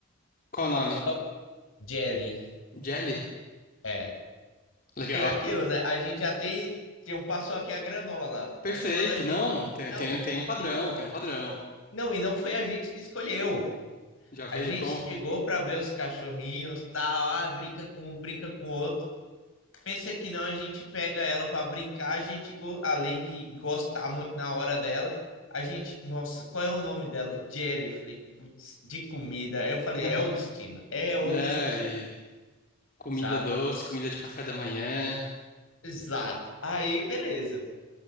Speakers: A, on the left; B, on the left.
A: Qual o nome?
B: Só Jelly,
A: Jelly?
B: é.
A: Legal.
B: E aquilo, né? A gente já tem. Tinha um passou aqui a granola.
A: Perfeito,
B: Aí quando a gente.
A: não. Tem,
B: Não,
A: tem, tem um padrão,
B: e
A: tem um padrão.
B: não, e não foi a gente que escolheu.
A: Já veio
B: A gente
A: com.
B: chegou para ver os cachorrinhos, tal, ah, brinca com um, brinca com outro. Pensa que não, a gente pega ela para brincar, a gente, go- além de gostar muito na hora dela, a gente, nossa, qual é o nome dela? Jelly, Eu falei, putz, de comida. Eu falei,
A: <laughs>
B: é o destino, é o
A: Né?
B: destino,
A: E comida
B: sabe?
A: doce, comida de café da manhã.
B: Exato. Aí, beleza.